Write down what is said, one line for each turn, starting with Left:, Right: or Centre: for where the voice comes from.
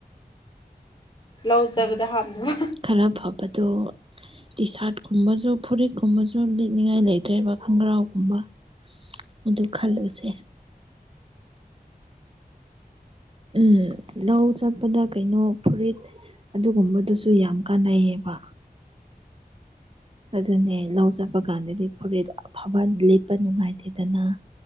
Left: ꯂꯧ ꯆꯠꯕꯗ ꯍꯥꯞꯅꯕ
Right: ꯈꯔ ꯐꯕꯗꯣ ꯇꯤ ꯁꯥꯔꯠꯀꯨꯝꯕꯁꯨ ꯐꯨꯔꯤꯠꯀꯨꯝꯕꯁꯨ ꯂꯤꯠꯅꯤꯡꯉꯥꯏ ꯂꯩꯇ꯭ꯔꯦꯕ ꯈꯣꯡꯒ꯭ꯔꯥꯎꯒꯨꯝꯕ ꯑꯗꯨ ꯈꯜꯂꯨꯁꯦ ꯎꯝ ꯂꯧ ꯆꯠꯄꯗ ꯀꯩꯅꯣ ꯐꯨꯔꯤꯠ ꯑꯗꯨꯒꯨꯝꯕꯗꯨꯁꯨ ꯌꯥꯝ ꯀꯥꯟꯅꯩꯌꯦꯕ ꯑꯗꯨꯅꯦ ꯂꯧ‌ ꯆꯠꯄ ꯀꯥꯟꯗꯗꯤ ꯐꯨꯔꯤꯠ ꯑꯐꯕ ꯂꯤꯠꯄ ꯅꯨꯡꯉꯥꯏꯇꯦꯗꯅ